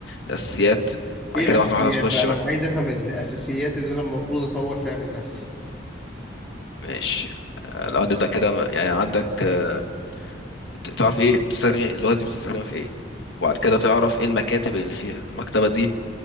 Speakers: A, on the left; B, in the centre.
A: الاساسيات وبعد
B: ايه
A: كده
B: الاساسيات
A: واحده واحده تخش
B: بقى
A: بقى
B: ما انا عايز افهم الاساسيات اللي انا المفروض اطور فيها من نفسي
A: ماشي آه، لو هنبدا كده يعني عندك آه، ت- تعرف ايه بتستخدم ايه اللغه دي بتستخدمها في ايه وبعد كده تعرف ايه المكاتب اللي فيها المكتبه دي